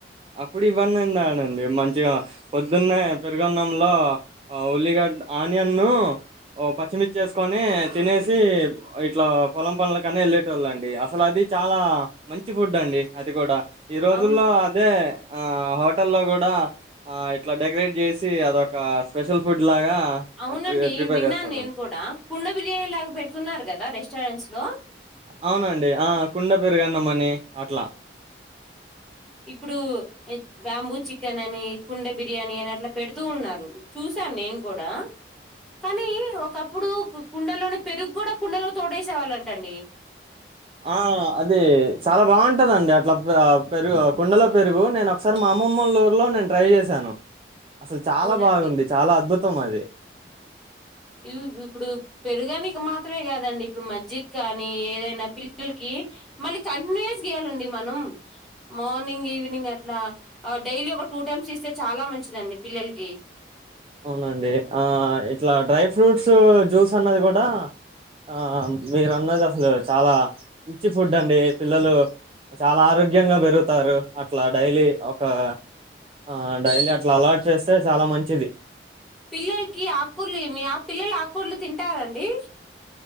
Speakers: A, on the right (about 30°); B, in the centre.
A: అప్పుడు ఇవన్నీ ఉండాడండి మం మంచిగా పొద్దున్నే పెరుగన్నంలో ఉల్లిగడ్డ ఆనియన్నూ ఓ పచ్చిమిర్చి ఏసుకొనీ తినేసీ ఇట్లా పొలం పనులకనే వెళ్ళేటోళ్ళండి అసలు అది చాలా మంచి ఫుడ్ అండి. అద్ ద్ గూడా ఈ రోజుల్లో
B: అవును
A: అదే ఆ హోటల్లో కూడా ఆ ఇట్లా డెకరేట్ చేసీ అదొకా స్పెషల్ ఫుడ్ లాగా
B: అవునండీ
A: ప్రి ప్రిపేర్
B: విన్నాన్
A: చేస్తారండి
B: నేను కూడా కుండ బిర్యానీ లాగా పెడుతున్నారు కదా రెష్ స్టారెంట్స్ లో
A: అవునండి ఆ కుండ పెరుగన్నమ్మనీ అట్లా
B: ఇప్పుడూ బ్యాంబూ చికెన్ అనీ, కుండె బిర్యాని అని అట్లా పెడుతూ ఉన్నారు. చూసాను నేను కూడా, కానీ ఒకప్పుడు కుండలోనే పెరుగు కూడా కుండలో తోడేసేవాళ్ళంటండి.
A: ఆ అది చాలా బాగుంటదండి అట్ల ఆ పెరుగు కుండలో పెరుగూ నేను ఒకసారి మా అమ్మమ్మలూరులో నేను ట్రై చేశాను. అసలు చాలా
B: అవునండి
A: బాగుంది చాలా అద్భుత్ తం అదీ
B: ఇ ఇప్పుడు పెరుగని ఇక మాత్రమే కాదండి ఇప్పుడు మజ్జిగ్ కా నీ ఏదైనా పిల్లలకీ మల్లి కంటిన్యూస్ గీయాలండి మనం. మార్నింగ్ ఈవినింగ్ అట్లా డైలీ ఒక టూ టైమ్స్ ఇస్తే చాలా మంచిదండి పిల్లలకీ.
A: అవునండి, ఆ ఇట్లా డ్రై ఫ్రూట్స జ్యూస్ అన్నది కూడా, ఆ మీరు అన్నది అసలు చాలా మంచి ఫుడ్ అండీ, పిల్లలు చాలా ఆరోగ్యంగా పెరుగుతారు అట్లా డైలీ ఒకా ఆ డైలీ అట్లా అలవాట్ చేస్తే చాలా మంచిది.
B: పిల్లల్ కీ ఆకూర్ల ఇ మీ ఆ పిల్లలు ఆకూరళ్లు తింటారండి.